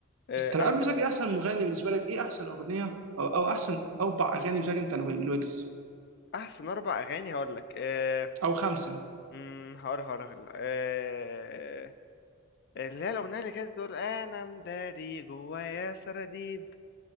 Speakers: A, on the left (about 50°); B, on the right (about 75°).
A: آه،
B: طب قبل
A: احسن
B: ما اسالك ايه احسن مغني بالنسبه لك ايه احسن اغنيه او او احسن اربع اغاني بالنسبه لك انت الويكس
A: احسن اربع اغاني هقول لك أه...
B: او خمسه
A: مم، هقول هقول هقول. أه... اللي هي الاغنيه اللي كانت بتقول انا مداري جوايا سراديب